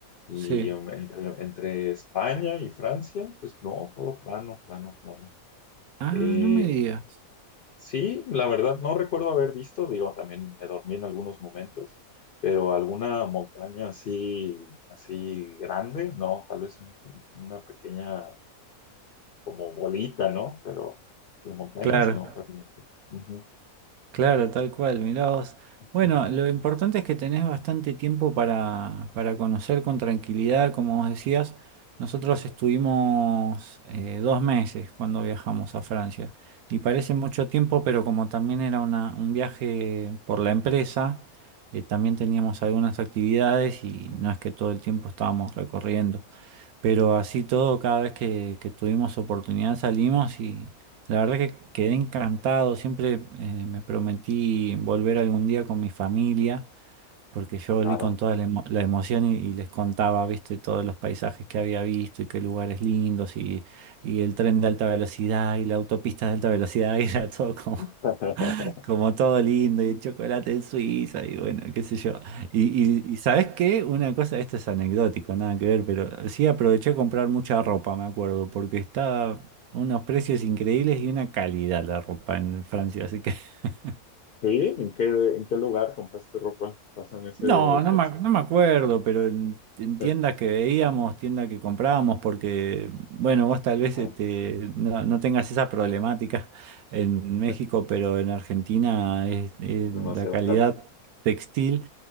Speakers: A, on the left (about 75°); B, on the right (about 80°).
A: y
B: sí.
A: em, entre, entre España y Francia, pues no, todo plano, plano, plano.
B: Ah,
A: Eh,
B: no me digas.
A: sí, la verdad no recuerdo haber visto, digo, también me dormí en algunos momentos, pero alguna montaña así, así grande, no, tal vez un- una pequeña como bolita, ¿no? Pero, pero montañas
B: Claro.
A: no, realmente. Ujú.
B: Claro, tal cual, mirá vos.
A: <laughs>
B: Bueno, lo importante es que tenés bastante tiempo para, para conocer con tranquilidad, como vos decías. Nosotros estuvimos eh, dos meses cuando viajamos a Francia y parece mucho tiempo, pero como también era una- un viaje por la empresa, eh, también teníamos algunas actividades y no es que todo el tiempo estábamos recorriendo. Pero así todo, cada vez que, que tuvimos oportunidad salimos y la verdad que quedé encantado. Siempre eh, me prometí volver algún día con mi familia, porque yo volví
A: Claro.
B: con toda la, emo- la emoción y, y les contaba, viste, todos los paisajes que había visto y qué lugares lindos y, y el tren de alta velocidad y la autopista de alta velocidad <laughs> y era todo como
A: <laughs>
B: como todo lindo, y el chocolate en Suiza, y bueno, qué sé yo. Y, y, y ¿sabes qué? Una cosa, esto es anecdótico, nada que ver, pero sí aproveché a comprar mucha ropa, me acuerdo, porque estaba unos precios increíbles y una calidad la ropa en Francia, así que... <laughs>
A: Sí, ¿en qué, en qué lugar compraste ropa? Pásame ese
B: No, no
A: consejo.
B: me, ac- no me acuerdo, pero en, en tiendas
A: <laughs>
B: que veíamos, tiendas que comprábamos, porque, bueno, vos tal vez
A: Ajá.
B: este, no, no tengas esa problemática en México,
A: Es
B: pero en Argentina es, es
A: demasiado
B: la calidad.
A: caro.
B: textil